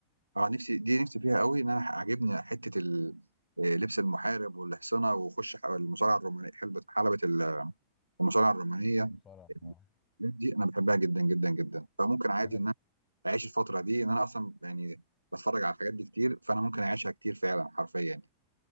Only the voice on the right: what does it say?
آه، نفسي دي نفسي فيها قوي ان انا عاجبني حته ال- آه، لبس المحارب والحصنه واخش ح- المصارعه الرومانيه حلبة حلبة ال- المصارعه الرومانيه
الحاجات دي انا بحبها جدا جدا جدا فممكن عادي
ان انا اعيش الفتره دي ان انا اصلا يعني بتفرج على الحاجات دي كتير فانا ممكن اعيشها كتير فعلا حرفيا يعني